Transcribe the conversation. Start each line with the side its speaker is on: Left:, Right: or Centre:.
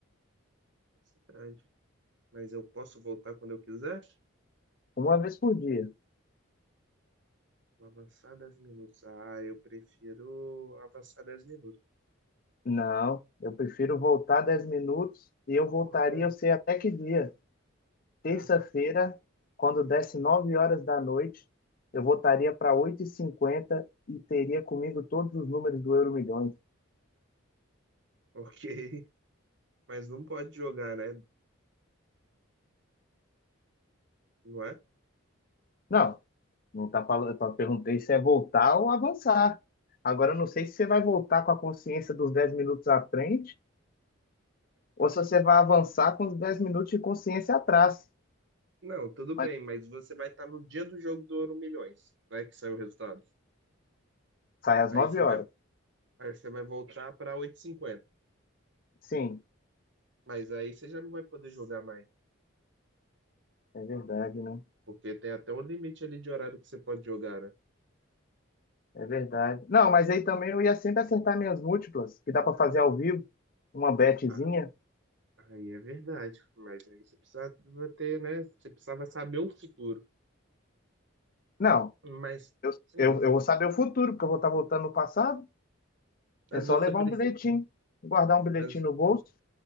Right: É verdade. Mas eu posso voltar quando eu quiser?
Left: Uma vez por dia.
Right: Vou avançar dez minutos. Ah, eu prefiro avançar 10 minutos.
Left: Não, eu prefiro voltar 10 minutos e eu voltaria,
Right: Por quê?
Left: eu sei até que dia. Terça-feira,
Right: Ah,
Left: quando desse 9 horas da noite, eu voltaria para oito e cinquenta e teria comigo todos os números do Euro Milhões.
Right: <laughs> ok. Mas não pode jogar, né? Não é?
Left: Não, não tá falando, eu só perguntei se é voltar ou avançar. Agora eu não sei se você vai voltar com a consciência dos 10 minutos à frente ou se você vai avançar com os 10 minutos de consciência atrás.
Right: Não, tudo bem,
Left: Mas
Right: mas você vai estar no dia do jogo do Ouro Milhões, né? Que saiu o resultado.
Left: sai às
Right: Aí
Left: 9
Right: você vai,
Left: horas.
Right: aí você vai voltar para oito h 50
Left: Sim,
Right: Mas aí você já não vai poder jogar mais.
Left: é verdade, né?
Right: Porque tem até um limite ali de horário que você pode jogar, né?
Left: É verdade. Não, mas aí também eu ia sempre acertar minhas múltiplas, que dá pra fazer ao vivo, uma betezinha.
Right: Ah, aí é verdade. Mas aí você precisava ter, né? Você precisava saber o futuro.
Left: Não,
Right: Mas,
Left: eu,
Right: sim.
Left: eu, eu vou saber o futuro, porque eu vou estar voltando no passado.
Right: Mas
Left: É só
Right: você,
Left: levar
Right: pre-
Left: um bilhetinho, guardar um bilhetinho
Right: mas,
Left: no bolso,